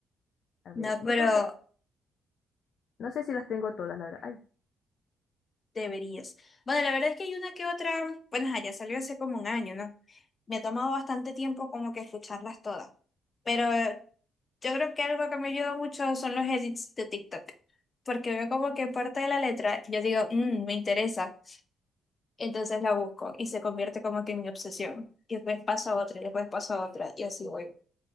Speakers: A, on the left; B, on the left.
A: A ver,
B: No,
A: yo
B: pero
A: creo que, no sé si las tengo todas, la verdad. Ay,
B: deberías. Bueno, la verdad es que hay una que otra, bueno, ajá, ya salió hace como un año, ¿no? Me ha tomado bastante tiempo como que escucharlas todas. Pero yo creo que algo que me ayuda mucho son los edits de TikTok. Porque veo como que parte de la letra, yo digo, "Mm, me interesa. Entonces la busco y se convierte como que en mi obsesión. Y después paso a otra, y después paso a otra, y así voy.